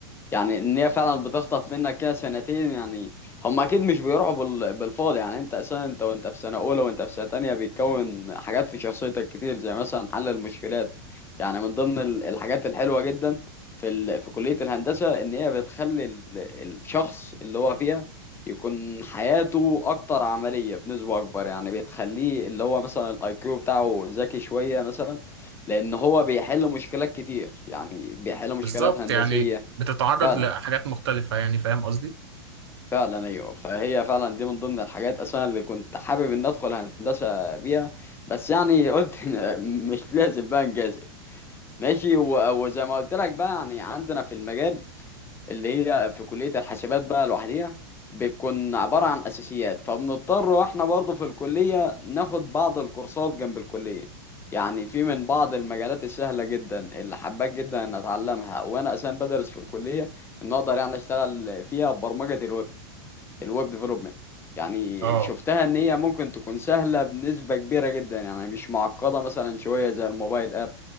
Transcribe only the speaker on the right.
بالظبط
يعني بتتعرض
لحاجات مختلفة يعني فاهم قصدي
اه